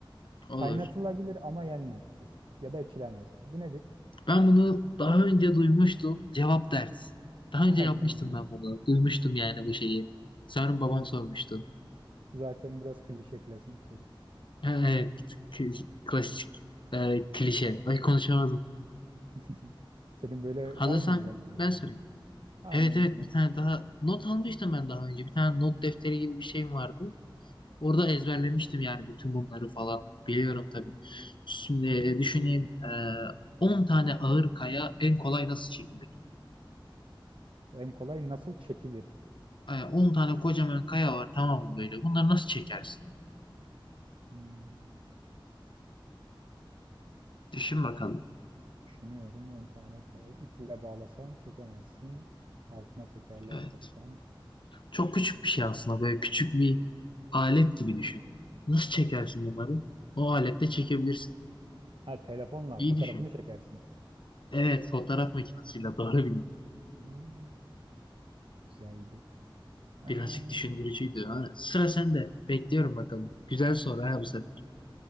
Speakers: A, on the left; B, on the right.
A: Olur.
B: Kaynatılabilir ama yenmez. Ya da içilemez. Bu nedir?
A: Ben bunu daha önce duymuştum. Cevap ders. Daha önce
B: <laughs> Aynen
A: yapmıştım
B: öyle.
A: ben bunu. Duymuştum yani bu şeyi. Sanırım babam
B: Bu
A: sormuştu.
B: zaten biraz klişe klasik bir soru.
A: Ee, Evet, bir tık kli- klasik e, klişe. Ay konuşamadım.
B: <laughs> Senin böyle
A: Hazırsan
B: var mı güzel böyle
A: ben
B: sorun?
A: sorayım.
B: Aynen
A: Evet evet
B: öyle.
A: bir tane daha not almıştım ben daha önce. Bir tane not defteri gibi bir şeyim vardı. Orada ezberlemiştim yani bütün bunları falan. Biliyorum tabii. Şimdi e, düşüneyim. Ee, 10 tane ağır kaya en kolay nasıl çekilir?
B: En kolay nasıl çekilir?
A: Ee, 10 tane kocaman kaya var tamam mı böyle? Bunları nasıl çekersin?
B: Hmm,
A: Düşün bakalım.
B: düşünüyorum 10 tane kolay. İple bağlasan çekemezsin. Altına tekerlek
A: Evet.
B: koysan.
A: Çok küçük bir şey aslında. Böyle küçük bir alet gibi düşün. Nasıl çekersin bunları? O alette çekebilirsin.
B: Ha telefonla
A: İyi
B: fotoğrafını
A: düşün.
B: çekersin.
A: Evet, fotoğraf makinesiyle doğru bildin.
B: Hmm, güzeldi. Ee,
A: Birazcık düşündürücüydü. Ha, sıra sende. Bekliyorum bakalım. Güzel soru ha bu sefer.